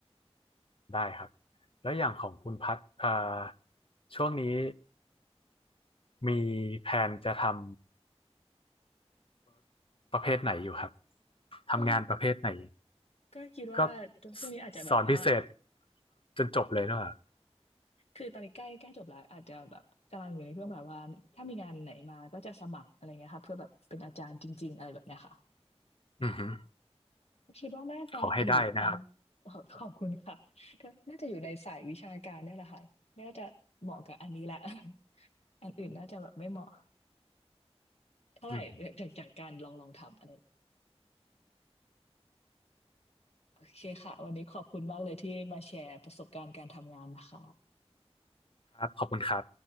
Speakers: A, on the left; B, on the left.
A: ได้ครับ แล้วอย่างของคุณพัดเอ่อช่วงนี้ มีแผนจะทำประเภทไหนอยู่ครับ ทำงานประเภทไหน
B: ก็ก็คิดว่า
A: ก็
B: ช่วงนี้อาจจะแบบว่า
A: สสอนพิเศษจนจบเลยเนอะ
B: คือตอนนี้ใกล้ใกล้จบแล้วอาจจะแบบกำลังอยู่ในช่วงแบบว่าถ้ามีงานไหนมาก็จะสมัครอะไรเงี้ยค่ะเพื่อแบบเป็นอาจารย์จริงๆอะไรแบบเนี้ยค่ะ
A: อือหือ
B: คิดว่าน่าจะอยู่ประม
A: ขอให้ได้นะครับ
B: <laughs> ขอขอบคุณค่ะก็น่าจะอยู่ในสายวิชาการเนี่ยแหละค่ะน่าจะเหมาะกับอันนี้แหละ <laughs> อันอื่นน่าจะแบบไม่เหมาะเท่าไหร่
A: อืม
B: <laughs> จากจากการลองลองทำอะไรโอเคค่ะวันนี้ขอบคุณมากเลยที่มาแชร์ประสบการณ์การทำงานนะคะ
A: ครับขอบคุณครับ